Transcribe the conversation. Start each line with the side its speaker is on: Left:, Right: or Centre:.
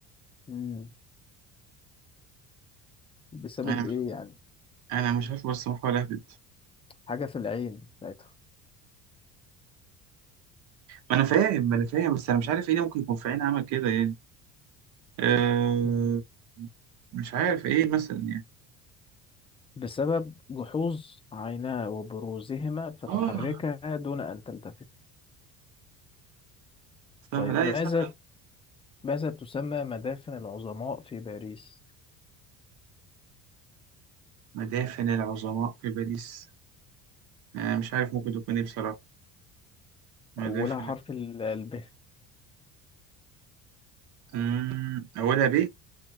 Left: مم. بسبب
Right: انا مش
Left: إيه يعني؟
Right: انا مش عارف بس بحاول اهبد
Left: حاجة في العين بتاعتها
Right: ما انا فاهم ما انا فاهم بس انا مش عارف ايه اللي ممكن يكون في عين عمل كده يعني أه
Left: مم.
Right: مش عارف ايه مثلا يعني
Left: بسبب جحوظ عيناه وبروزهما فتحركها
Right: اه
Left: دون أن تلتفت
Right: صح
Left: طيب
Right: لا
Left: ماذا
Right: يا سهله
Left: ماذا تسمى مدافن العظماء في باريس؟
Right: مدافن العظماء في باريس انا مش عارف ممكن تكون ايه بصراحه مدافن
Left: أولها حرف ال ال ب
Right: امم اولها ب